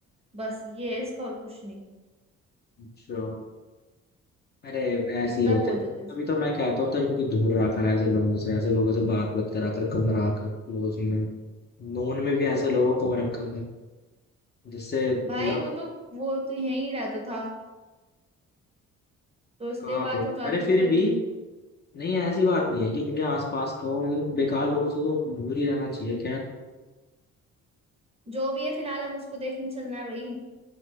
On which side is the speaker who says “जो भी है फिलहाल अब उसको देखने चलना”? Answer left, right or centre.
Right